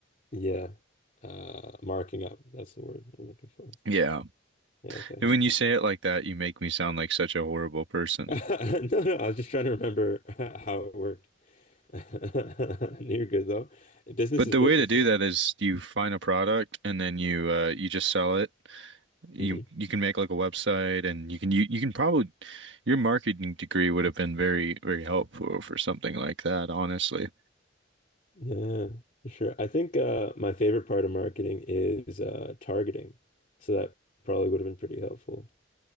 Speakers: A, on the left; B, on the right.
A: yeah. Uh marking up. That's the word I'm looking for.
B: Yeah.
A: Yeah, okay.
B: And when you say it like that, you make me sound like such a horrible person.
A: <laughs> No, no, I was just trying to remember <laughs> how it worked. <laughs> You're good though. Business
B: But
A: is
B: the
A: business,
B: way to do
A: man.
B: that is you find a product and then you uh you just sell it You
A: Mhm.
B: you can make like a website and you can you, you can probably your marketing degree would have been very very helpful for something like that, honestly.
A: Yeah, for sure. I think uh, my favorite part of marketing is uh, targeting. So that probably would have been pretty helpful.